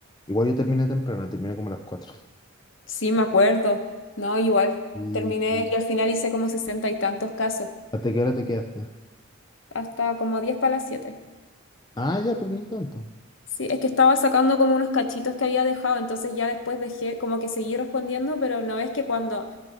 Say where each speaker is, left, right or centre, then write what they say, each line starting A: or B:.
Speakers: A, on the left; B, on the left.
A: Igual yo terminé temprano, terminé como a las cuatro
B: sí, me acuerdo. No, igual
A: ¿Y
B: terminé
A: y-
B: y al final hice como sesenta y tantos casos,
A: hasta qué hora te quedaste?
B: hasta como diez para las siete.
A: Ah, ya, pero ni tanto.
B: Sí, es que estaba sacando como unos cachitos que había dejado, entonces ya después dejé, como que seguí respondiendo, pero no es que cuando